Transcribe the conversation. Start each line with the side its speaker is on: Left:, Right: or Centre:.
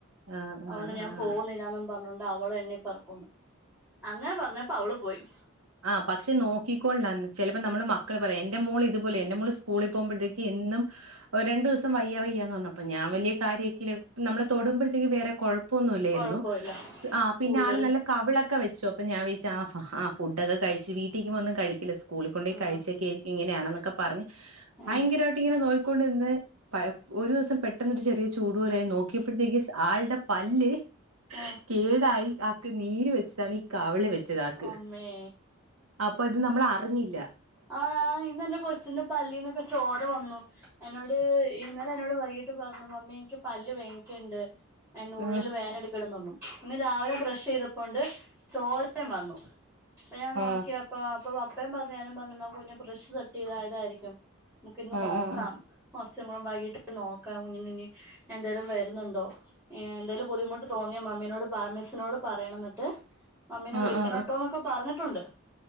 Right: ആ
Centre: അഓണ്ട് ഞാം
Right: ആ
Centre: പോന്നില്ലാന്നും പർഞ്ഞോണ്ട് അവളെന്നെ പറക്കൂന്ന് അങ്ങനെ പർഞ്ഞപ്പോ അവള് പോയി.
Right: ആഹ് പക്ഷെ നോക്കിക്കോളൻ ന്നൻ ചെലപ്പോ നമ്മള് മക്കള് പറയാ എൻ്റെ മോള് ഇത് പോലെ എന്റെ മോള് സ്കൂളി
Centre: ഉം
Right: പോവുമ്പഴത്തേക്ക് എന്നും ഒ രണ്ടൂസം വയ്യ വയ്യ ന്ന് പർഞ്ഞ പ്പൊ ഞാം വെല്ല്യ
Centre: ഉം
Right: കാര്യക്കില്ല നമ്മള് തൊടുമ്പഴത്തേക്ക് വേറെ കൊഴ് പ്പൊന്നുല്ലേര്ന്നു
Centre: കൊഴപ്പമില്ല
Right: ആഹ് പിന്നെ
Centre: ഉള്ളില്
Right: ആള് നല്ല കവിളൊക്കെ വെ ച്ചു അപ്പോ ഞാൻ വിച്ചു ആ ആ ഫു ഡൊക്കെ കഴിച്ച് വീട്ടീക്കുമോ ഒന്നും കഴിക്കില്ല സ്ക്കൂളി കൊണ്ടോയ്
Centre: ആഹ്
Right: കഴിച്ചൊക്കെയ് ഇങ്ങനെയാണെന്നൊക്കെ പർഞ്ഞ് ഭയങ്കരയിട്ട്
Centre: ആഹ്
Right: ഇങ്ങനെ നോക്കിക്കോണ്ട് നിന്ന് പ ഒരോസം പെട്ടെന്നൊരു ചെറിയ ചൂടു പോലായി നോക്കിയപ്പഴത്തേക്ക് ആൾടെ പല്ല്
Centre: ആഹ്
Right: കേടായി ആക്ക് നീര് വെച്ചതാണ് ഈ കവ്ള് വെ ച്ചതാക്ക്
Centre: അമ്മേ
Right: അപ്പൊ ഇത് നമ്മളറിഞ്ഞില്ല.
Centre: ആഹ് ഇന്നെന്റെ കൊച്ചിന്റെ പല്ലീന്നൊക്കെ ചോര വന്നു. എന്നോട് ഇന്നലെ എന്നോട് വൈകീട്ട് പർഞ്ഞു മമ്മീ ൻക്കി പല്ല് വേങ്ങിക്ണ്ട്. അയ്ന് ഉള്ളില്
Right: ആ
Centre: വേനെട്ക്ക്ണ്ട്ന്നർഞ്ഞു ഇന്ന് രാവിലെ ബ്രഷെയ്തപ്പോണ്ട് ചോരേം വന്നു അപ്പ ഞാൻ നോക്കിയ
Right: ആ
Centre: അപ്പ അപ്പൊ അപ്പയും പർഞ്ഞു ഞാനും പർഞ്ഞു ന്നാ കുഞ്ഞ് ബ്രെഷ് തട്ടിയതാ യതായിരിക്കും മുക്ക് ഇന്ന്
Right: ആ
Centre: നോക്കാം
Right: ആ ആ
Centre: കൊറച്ചും കൂടെ വൈകിട്ട് നോക്കാം കുഞ്ഞിന് ഇനി എന്തേലും വെര്ന്ന്ണ്ടോ ഏഹ് എന്തേലും ബുദ്ധിമുട്ട് തോന്ന് ഞാ മമ്മിനോട് പർ മിസ്സ്നോട് പറയണം ന്ന്ട്ട് മമ്മിനെ
Right: ആ
Centre: വിളിക്കണംട്ടൊന്നൊക്കെ
Right: ആ
Centre: പറഞ്ഞിട്ടുണ്ട്